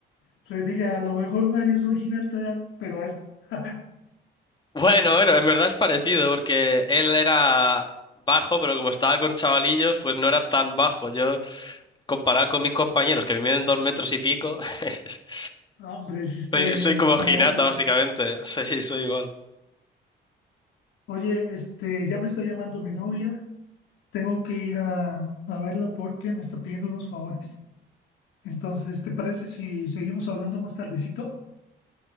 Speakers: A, on the left; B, on the left.
A: Se dije, a lo mejor Mario es un Hinata, pero alto. <laughs>
B: Bueno, bueno, en verdad es parecido, porque él era bajo, pero como estaba con chavalillos, pues no era tan bajo. Yo, comparado con mis compañeros, que miden dos metros y pico, <laughs>
A: No, Hombre, sí está
B: soy,
A: bien,
B: soy como
A: están
B: Hinata,
A: altos.
B: básicamente. <laughs> Soy, soy igual.
A: Oye, este, ya me está llamando mi novia. Tengo que ir a, a verla porque me está pidiendo unos favores. Entonces, ¿te parece si seguimos hablando más tardecito?